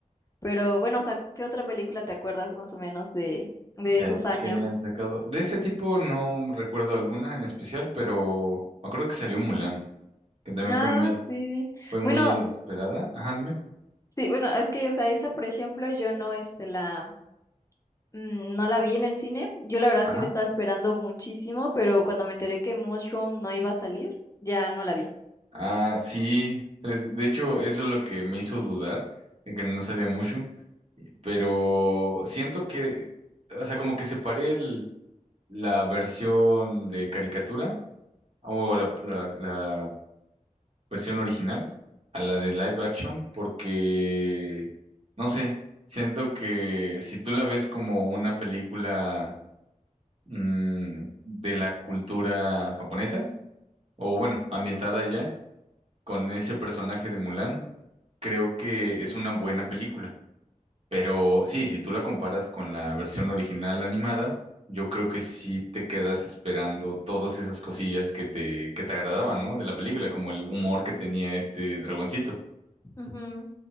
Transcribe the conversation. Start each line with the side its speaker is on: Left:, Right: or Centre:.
Left: Pero bueno, o sea, ¿qué otra película te acuerdas más o menos de, de
Right: que,
Left: esos
Right: hay-
Left: años?
Right: que hayan sacado. De ese tipo no recuerdo alguna en especial, pero me acuerdo que salió Mulan, que también
Left: Ah,
Right: fue muy,
Left: sí.
Right: fue muy
Left: Bueno,
Right: esperada. Ajá, dime.
Left: sí, bueno, es que, o sea, esa, por ejemplo, yo no, este, la, mm, no la vi en el cine. Yo la verdad
Right: Ajá.
Left: sí la estaba esperando muchísimo, pero cuando me enteré que Mushroom no iba a salir, ya no la vi.
Right: Ah, sí. Es- de hecho, eso es lo que me hizo dudar, de que no salía mucho. Pero siento que, o sea, como que separé el- la versión de caricatura o la, la, versión original a la de live action porque, no sé, siento que si tú la ves como una película mm, de la cultura japonesa, o bueno, ambientada ya, con ese personaje de Mulan, creo que es una buena película. Pero sí, si tú la comparas con la versión original animada, yo creo que sí te quedas esperando todas esas cosillas que te, que te agradaban, ¿no? De la película, como el humor que tenía este dragoncito.
Left: Ujú.